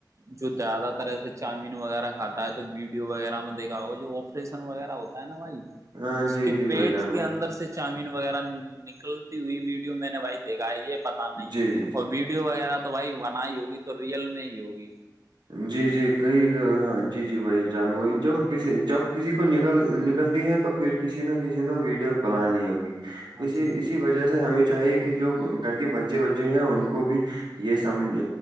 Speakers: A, on the right; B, on the right.
A: جو زیادہ تر ایس سے چامین وغیرہ کھا ہے تو ویڈیو وغیرہ میں دیکھا ہوگا جو آپریشن وغیرہ ہوتا نا بھائی
B: ہاں
A: اس
B: جی
A: کے
B: جی
A: پیٹ
B: بھائی جان
A: کے اندر سے چامین وغیرہ نکلتی ہوئی ویڈیو میں نے بھائی دیکھا ہے یہ پتا
B: جی
A: نہیں
B: جی جی
A: اور ویڈیو ویڈیو وغیرہ تو بھائی بن ہی ہوگی تو ریئل میں ہی ہوگی
B: جی جی کئی ہاں جی جی بھائی جان وہی جب کسی کو نکل نکلتی ہے تو پھر کسی نہ کسی نے ویڈیو بنا لی ہوگی
A: ہاں
B: اس
A: جی
B: اسی وجہ سے ہمیں چاہیے کہ جو گھر کے بچے وچے ہیں ان کو بھی یہ سمج